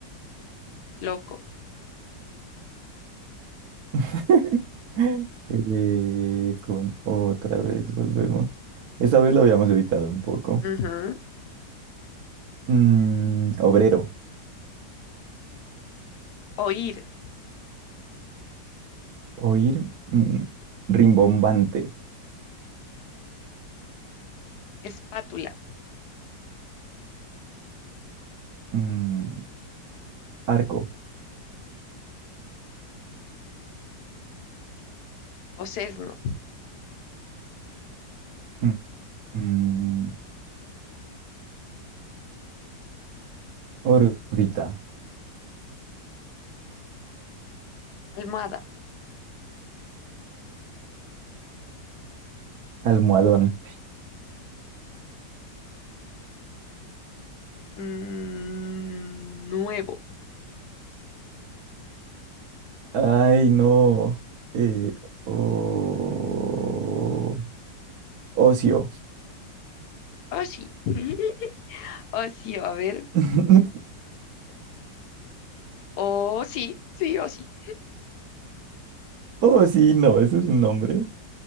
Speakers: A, on the left; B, on the right.
A: loco,
B: <laughs> Eh, con otra vez volvemos. Esta vez lo habíamos evitado un poco.
A: ujú,
B: Mm, obrero,
A: oír,
B: oír, mm, rimbombante,
A: espátula,
B: mm, arco,
A: sesno,
B: mm, mm, órbita,
A: almohada,
B: almohadón.
A: mm, nuevo,
B: Ay, no. eh, o- Ocio.
A: oh sí, <laughs> oh sí, a ver,
B: <laughs>
A: oh sí, sí, oh sí,
B: Oh, sí, no, eso es un nombre.